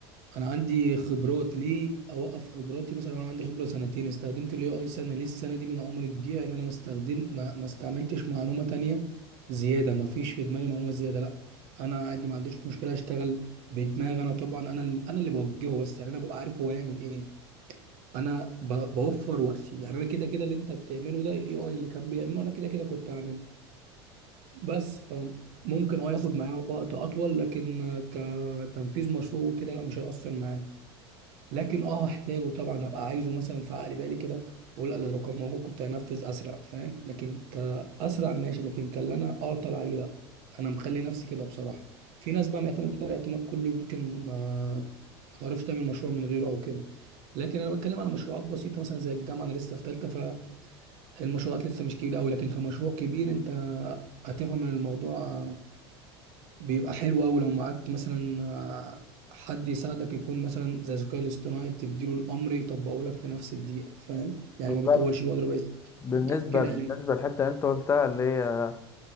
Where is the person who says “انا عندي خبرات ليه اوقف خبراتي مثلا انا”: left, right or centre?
Right